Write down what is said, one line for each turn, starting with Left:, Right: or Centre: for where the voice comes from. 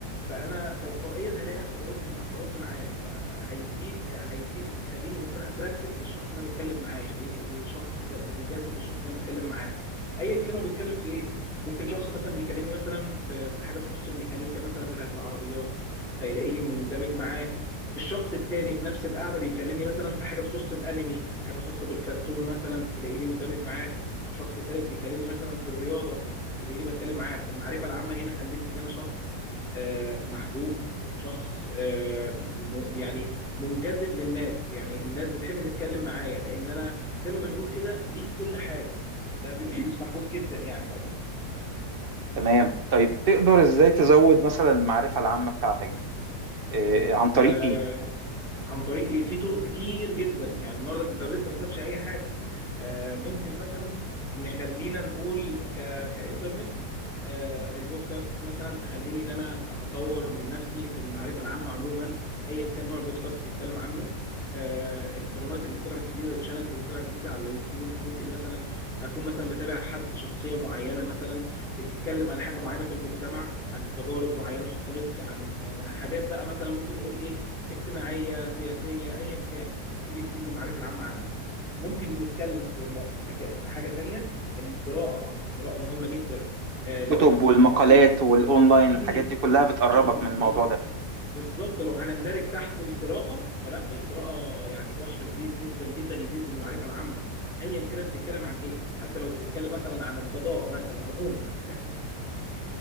Centre: فانا تلقائيا هلاقي نفسي برد برد معاه فهيزيد هيزيد يخليني انسان اتراكتيف للشخص اللي انا بتكلم معاه يخليني شخص ب- منجذب للشخص اللي انا بتكلم معاه ايا كان هو بيتكلم في ايه ممكن شخص مثلا بيكلمني مثلا في في حاجه تخص الميكانيكا مثلا بتاعه العربيات فيلاقيني مندمج معاه الشخص التاني في نفس القعده بيكلمني مثلا في حاجه تخص الانمي حاجه خاصه بالكرتون مثلا يلاقيني مندمج معاه شخص ثالث بيكلمني مثلا في الرياضه بيلاقيني بتكلم معاه فالمعرفه العامه هنا خلتني ان انا شخص آه، محبوب شخص آه، م- يعني منجذب للناس يعني الناس بتحب تتكلم معايا لان انا زي ما بنقول كده ليه في كل حاجه ده بيبقى شخص محبوب جدا يعني
Right: تمام طيب تقدر ازاي تزود مثلا المعرفة العامة بتاعتك دي إيه عن طريق
Centre: واتراكتيف
Right: ايه
Centre: عن طريق ايه في طرق كتير جدا يعني النهارده الانترنت ما سابش اي حاجه آه، ممكن مثلا نخلينا نقول ك... كانترنت آه، البودكاست مثلا تخليني ان انا اطور من نفسي في المعرفه العامه عموما ايا كان نوع البودكاست بيتكلم عنه آه، القنوات اللي طلعت جديده الشانلز اللي طلعت جديده على اليوتيوب ممكن مثلا اكون مثلا بتابع حد شخصيه معينه مثلا بتتكلم عن حاجه معينه في المجتمع عن تجارب معينه حصلت عن آه، حاجات بقى مثلا ممكن نقول ايه اجتماعيه سياسيه ايا كان دي بتزيد من المعرفه العامه عندي ممكن نتكلم في م- مكا... في حاجه تانية إن القراءه القراءه مهمه جدا آه، لو
Right: كتب
Centre: احنا مثلا
Right: والمقالات
Centre: هنندرج
Right: والاونلاين
Centre: اكيد
Right: الحاجات دي كلها بتقربك
Centre: اكيد
Right: من الموضوع
Centre: لو
Right: ده
Centre: بالظبط لو هنندرج تحت القراءه فلا القراءه يعني بحر كبير جدا جدا يزيد من المعرفه العامه ايا كانت بتتكلم عن ايه حتى لو بتتكلم مثلا عن الفضاء مثلا عموما